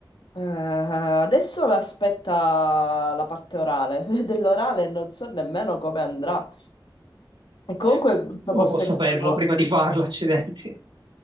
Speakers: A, on the left; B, on the right.
A: eh, adesso mi aspetta la parte orale, <laughs> dell'orale non so nemmeno come andrà. E comunque
B: Eh, nessuno
A: questo posto
B: può saperlo
A: in cui... andavo.
B: prima di farlo, accidenti.